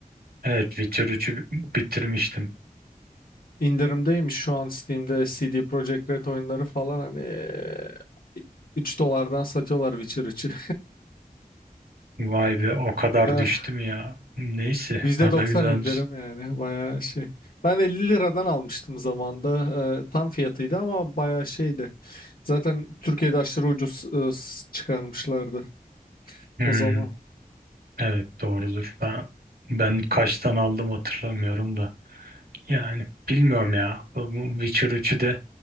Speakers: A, on the right (about 85°); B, on the left (about 75°).
A: Evet, Witcher 3'ü bitirmiştim.
B: İndirimdeymiş şu an Steam'de CD Projekt Red oyunları falan hani e, 3 dolardan satıyorlar Witcher 3'ü.
A: Vay be o kadar
B: <laughs>
A: düştüm ya. Neyse,
B: %90
A: o da güzelmiş.
B: indirim yani bayağı şey. Ben 50 liradan almıştım zamanda. Ee, tam fiyatıydı ama bayağı şeydi. Zaten Türkiye'de aşırı ucuz e, s- çıkarmışlardı
A: Hmm.
B: o zaman.
A: Evet doğrudur. Ben ben kaçtan aldım hatırlamıyorum da. Yani bilmiyorum ya. Bu bu Witcher üçü de